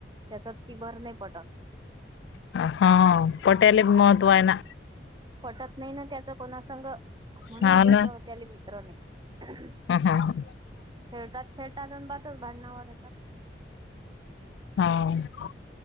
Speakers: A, on the right; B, on the left.
A: त्याच ती भर नाही पटत.
B: हा.. पटायलेच महत्व आहे ना.
A: पटत नाही ना त्याचा कोणा संग, म्हणून
B: हा
A: त्याच
B: ना
A: त्याले मित्र नाही. हृहृ..
B: ह ह
A: खेळतात.. खेळतात.. अण बातच भांडणावर येतात.
B: हा.. व..